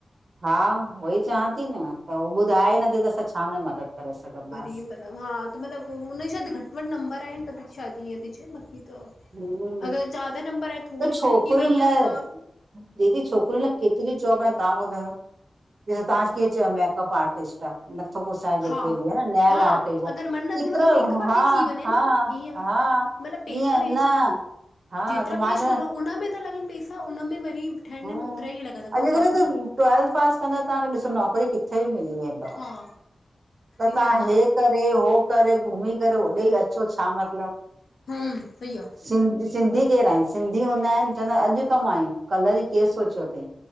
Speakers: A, on the right; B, on the left.
A: हा उहो ई चवां थी न त उहो ॿुधाए ई नथी त असां छा मे मदद करे सघंदासीं।
B: वरी मतिलबु हा त मतिलबु हुन शायदि घटि वधि नंबर आहिनि त शायदि ईअं थी चए बाक़ी त
A: हम्म
B: अगरि ज्यादा नंबर आहे थोरी
A: त छोकिरियुनि
B: सी अटकी वई
A: लाइ
B: आहे त
A: दीदी छोकिरियूं न लाइ केतिरी जॉब आहिनि। तव्हां ॿुधायो ॾिसो तव्हां कीअं चयो मेकअप आर्टिस्ट आ। नथो पुसाए जेके
B: हा
A: बि है न नयल
B: हा
A: आर्टिस्ट।
B: अगरि मन नथो
A: चित्र
B: लॻे मेकअप आर्टिस्ट
A: हा
B: थी वञे
A: हा
B: न ईअं
A: हा।
B: मतिलबु पैसा
A: ईअं
B: वेस्ट
A: न हा
B: जेतिरा
A: त मां
B: पेस्ट
A: चवां
B: उनमें ता लॻनि पैसा उन में वरी ठहण
A: हा
B: में ओतिरा ई लॻनि
A: अॼुकल
B: पचास हज़ार
A: त ट्वेल्थ पास कंदव तव्हांखे ॾिसो नौकरी किथे बि मिली वेंदव।
B: हा।
A: त तव्हां
B: ईअं आहे न
A: हे करे हो करे घुमी करे होॾेई अचो। छो छा मतलब?
B: हम सही आहे
A: सिं सिंधी केरु आहिनि? सिंधी हूंदा आहिनि चवंदा आहिनि अॼु कमायु कल जी केरु सोचियो अथई।